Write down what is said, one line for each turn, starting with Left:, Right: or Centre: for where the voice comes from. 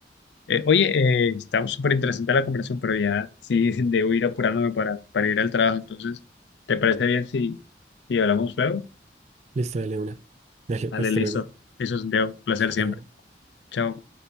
Left: Eh, oye, eh, está súper interesante la conversación, pero ya sí <laughs> debo ir apurándome para, para ir al trabajo. Entonces, ¿te parece bien si, si hablamos luego?
Right: Listo, dale una. Dale,
Left: Dale,
Right: hasta
Left: listo.
Right: luego.
Left: Eso es un placer
Right: Chao.
Left: siempre. Chao.